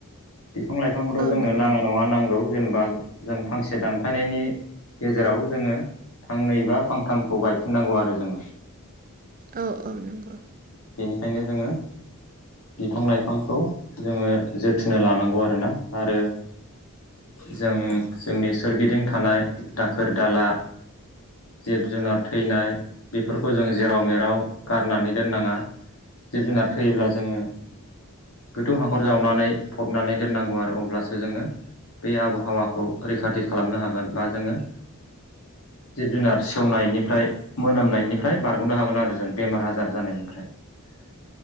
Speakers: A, on the left; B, on the right.
A: बिफां लाइफांखौथ'
B: औ
A: जोंनो
B: नंगौ
A: नाङा नङा नांगौ। जेनेबा जों फांसे दानफायनायनि गेजेराव जोङो थांनै बा फांथामखौ गायफिननांगौ आरो जोङो
B: औ औ नंगौ।
A: बेनिखायनो जोङो बिफां लाइफांखौ जोङो जोथोन लानांगौ आरोना आरो जों जोंनि सोरगिदिं थानाय दाखोर दाला जिब जुनार थैनाय बेफोरखौ जों जेराव मेराव गारनानै दोननाङा। जिब जुनार थैयोब्ला जोङो गोथौ हाखर जावनानै फबनानै दोननांगौ आरो अब्लासो जोङो बे आबहावाखौ रैखाथि खालामनो हागोन बा जोङो जिब जुनार सेवनायनिफ्राय मोनामनायनिफ्राय बारग'नो हागोन आरो जों बेमार आजार जानायनिफ्राय हों